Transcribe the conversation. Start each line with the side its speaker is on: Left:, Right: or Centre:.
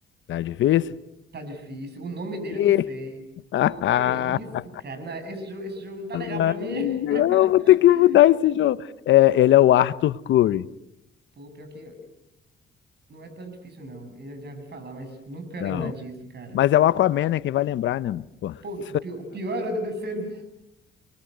Left: Tá difícil?
Right: Tá difícil. O nome dele
Left: Que...
Right: eu não sei.
Left: <laughs>
Right: Pô, que é isso, cara? Não, esse jogo, esse jogo não tá legal
Left: Não,
Right: pra mim. <laughs>
Left: vou ter que mudar esse jogo. É, ele é o Arthur Curry.
Right: Pô, pior que não é tão difícil, não. Eu já, já ouvi falar, mas nunca ia
Left: Não.
Right: lembrar disso, cara.
Left: Mas é o Aquaman, né? Quem vai lembrar, né, mano? Pô, <laughs>
Right: Pô, o pi- o pior era da DC.